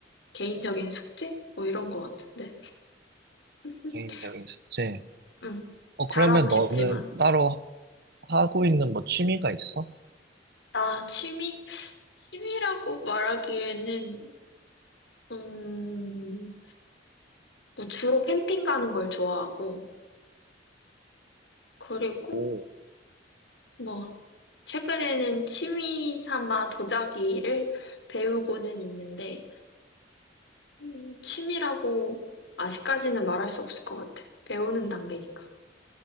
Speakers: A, on the left; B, on the right.
A: 개인적인 숙제? 뭐 이런 것 같은데. <laughs>
B: 개인적인 숙제.
A: 응,
B: 어,
A: 잘하고
B: 그러면 너는
A: 싶지만.
B: 따로 하고 있는 뭐 취미가 있어?
A: 아, 취미? 취미라고 말하기에는, 음, 뭐 주로 캠핑 가는 걸 좋아하고, 그리고
B: 오,
A: 뭐, 최근에는 취미 삼아 도자기를 배우고는 있는데, 음, 취미라고 아직까지는 말할 수 없을 것 같아. 배우는 단계니까.